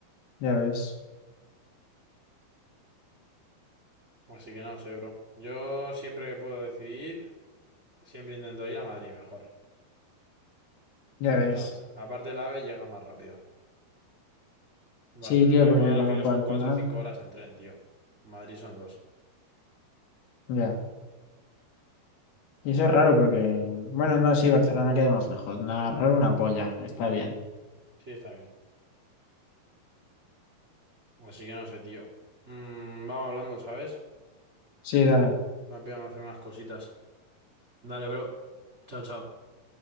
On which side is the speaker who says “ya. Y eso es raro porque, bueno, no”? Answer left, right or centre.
Left